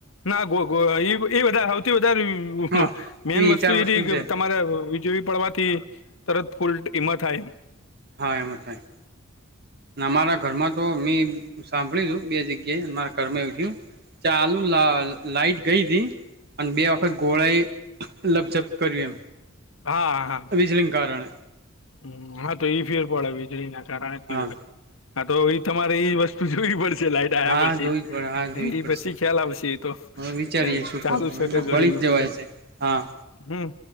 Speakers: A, on the left; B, on the right.
A: ના ગોગો એ બ ઈ બધા સૌથી વધારે
B: હા
A: મેન વસ્તુ
B: ચાર
A: એ છેકે
B: છે
A: તમારે વીજળી પડવા થી તરત ફૂલ ડીમ હ થાય
B: હા એમાજ થાય ને અમારા ઘરમાં તો મે સાંભળ્યુ તું બે જગ્યાએ ન મારા ઘર માં એવું થ્યું ચાલુ લા લાઈટ ગઈતી અને બે વખત ગોળાએ લપઝપ કર્યું એમ
A: હા હા
B: વિજળીન કારણે
A: હમ્મ હા તો ઈ ફેર પડે વીજળીના કારણે બી
B: હા
A: હોય હા તો એ તમારે ઈ વસ્તુ જોવી પડશે લાઈટ <unintelligible> યા
B: હા
A: પછી
B: જોવી જ પડે હા જોવી જ
A: એ
B: પડશે
A: પછી ખ્યાલ આવેશે એ તો
B: હવે વિચારીએ
A: ત
B: શું
A: ચાલુ
B: કરવું
A: છેકે
B: એટલે
A: ગયું?
B: બળી જ જવાય છે હા
A: હમ્મ